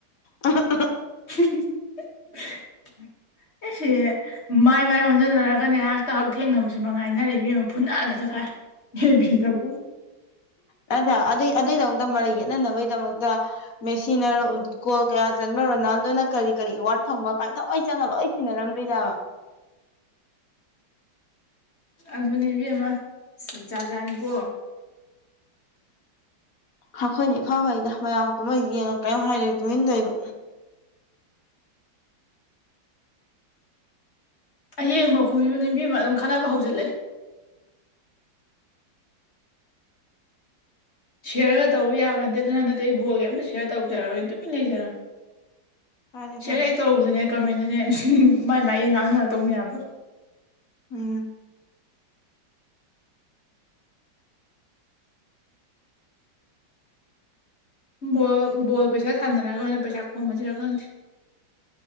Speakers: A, on the left; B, on the left.
A: ꯑꯥꯍꯥ ꯑꯥꯍꯥ
B: <inaudible>
A: <inaudible>
B: ꯑꯦꯁꯦ ꯃꯥꯏ ꯃꯥꯏ ꯑꯣꯟꯁꯤꯟꯅꯔꯒꯅꯦ ꯑꯩꯍꯥꯛꯇ ꯍꯥꯛ ꯊꯦꯡꯅꯕꯁꯤ ꯃꯉꯥꯏꯔꯦꯗ ꯏꯕꯦꯝꯃꯥ ꯑꯃ ꯐꯨꯠꯅꯥꯗꯇ ꯈꯥꯏ ꯑꯦꯞ ꯕꯤ ꯗꯕꯨ
A: ꯅꯗꯨꯗꯣ ꯑꯗꯨꯏ ꯑꯗꯨꯏꯗꯃꯛꯇ ꯃꯔꯩ ꯌꯦꯠꯅꯅꯕꯒꯤꯗꯃꯛꯇ ꯃꯦꯁꯤꯅ ꯒꯣꯜ ꯀꯌꯥ ꯆꯟꯕ ꯔꯣꯅꯥꯜꯗꯣꯅ ꯀꯔꯤ ꯀꯔꯤ ꯑꯦꯋꯥꯔꯗ ꯐꯪꯕ ꯀꯥꯏ ꯊꯑꯣꯏ ꯆꯪꯉꯜꯂꯣꯏ ꯁꯤꯟꯅꯔꯝꯗꯣꯏꯅꯦꯕ
B: ꯑꯗꯨꯅꯦ ꯏꯕꯦꯝꯃ ꯖꯖꯥꯠꯅꯤꯀꯣ
A: ꯑꯩꯈꯣꯏꯅ ꯏꯐ ꯐꯩꯗ ꯃꯌꯥꯝ ꯀꯨꯝꯍꯩ ꯌꯦꯡꯉ ꯀꯔꯤꯝ ꯍꯥꯏꯔ ꯇꯨꯃꯤꯟꯗꯣꯏꯕ
B: ꯑꯌꯦꯡꯕ ꯑꯈꯣꯏꯁꯨꯅꯤ ꯏꯕꯦꯃ ꯑꯗꯨꯝ ꯈꯥꯟꯅꯕ ꯍꯧꯖꯤꯜꯂꯦ ꯁꯤꯌꯔꯒ ꯇꯧꯔꯨ ꯌꯥꯕ ꯅꯗꯦ ꯑꯗꯨꯅ ꯍꯟꯗꯛꯇ ꯑꯩ ꯕꯣꯒ ꯑꯝꯇ ꯁꯦꯌꯔ ꯇꯧꯖꯔꯣꯏ ꯇꯨꯃꯤ ꯂꯩꯖꯔꯝ
A: ꯐꯔꯦ
B: ꯁꯤꯌꯥꯔ
A: ꯐꯔꯦ
B: ꯍꯦꯛ ꯇꯧꯔꯨꯕꯗꯅꯦ ꯀꯃꯦꯟꯗꯅꯦ <unintelligible> ꯃꯥꯏ ꯃꯥꯏꯌꯦ ꯉꯥꯡꯅꯔꯛꯇꯧ ꯃꯌꯥꯝꯗꯣ
A: ꯎꯝ
B: ꯕꯣꯜ ꯕꯣꯜ ꯄꯩꯁꯥꯟꯅꯔꯒ ꯑꯣꯏꯅ ꯄꯩꯁꯥ ꯈꯣꯝꯃꯁꯤꯔꯥ ꯈꯪꯗꯦ